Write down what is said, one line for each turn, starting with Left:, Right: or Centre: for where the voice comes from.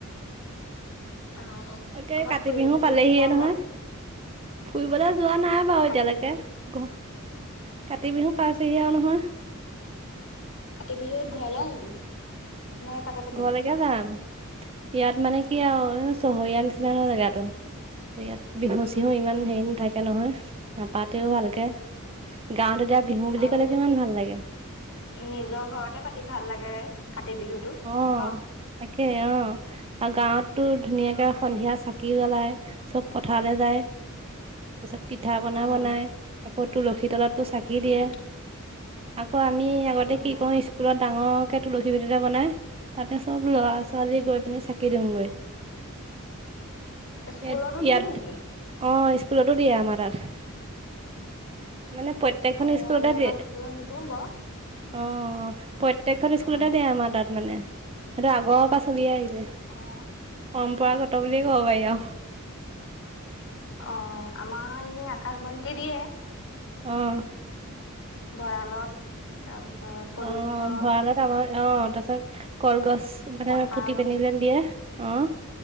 Left: আহ
Right: তাকে
Left: কৰ'বাত
Right: কাতি
Left: ফুৰিবলৈ
Right: বিহু পালেহিয়ে
Left: চোৰিবলৈ নাই
Right: নহয়
Left: যোৱা।
Right: ফুৰিবলৈ যোৱা নাই বাৰু এতিয়ালৈকে
Left: কাতি বিহু
Right: ঘৰ। কাতি বিহু পাইছেহি আৰু নহয়।
Left: কাতি বিহুত ঘৰলে আহিবি। নে তাতে পাতিবি
Right: ঘৰলে কে যাম। ইয়াত মানে কি আৰু চহৰীয়া নিচিনা জেগাতো ইয়াত। বিহু
Left: উম
Right: চিহু ইমান হেৰি নাথাকে নহয় নাপাতেও ভালকে। গাঁৱত এতিয়া বিহু বুলি
Left: আৰু
Right: কলে কিমান ভাল লাগে।
Left: নিজৰ ঘৰতে পাতি ভাল লাগে কাতি বিহুটো
Right: অ
Left: ন
Right: তাকে অ আৰু গাঁৱতো ধুনীয়াকে সন্ধিয়া চাকি। চাকি জ্বলাই চব পথাৰলৈ যায় তাৰ পিছত পিঠা পনা
Left: উম
Right: বনাই। কতো লক্ষী তলতো চাকি দিয়ে
Left: উম
Right: আকৌ আমি আগতে
Left: উম
Right: কি কৰো স্কুলত। ডাঙৰকে তুলসী পতিটা বনাই তাতে চব ল'ৰা ছোৱালী গৈ পিনে চাকি দিওঁগৈ।
Left: স্কুলতো
Right: ইয়াত ইয়াত
Left: দিয় নেকি
Right: অ স্কুলতো দিয়ে আমাৰ তাত। মানে প্ৰত্যেকখন
Left: অ
Right: স্কুলতে
Left: আমি
Right: দিয়ে।
Left: আকৌ
Right: অ
Left: স্কুলত নিদিওঁ বাৰু
Right: প্ৰত্যেকখন স্কুলতে
Left: অ
Right: দিয় আমাৰ তাত মানে সেইটো আগৰ পৰা চলিয়াই আহিছে।
Left: অ অ
Right: পৰম্পৰাগত বুলিয়ে কব পাৰি আও।
Left: অ আমাৰ এনেই আকাশ বন্তি দিয়ে।
Right: অহ।
Left: ভঁৰালত তাৰপাছত। পদূলি
Right: অ
Left: মূৰত
Right: ভাল তোমাৰ অ। ত পাছত কলগছ মানে
Left: পথাৰত
Right: পুতি পেন্ধিলে দিয়ে অ।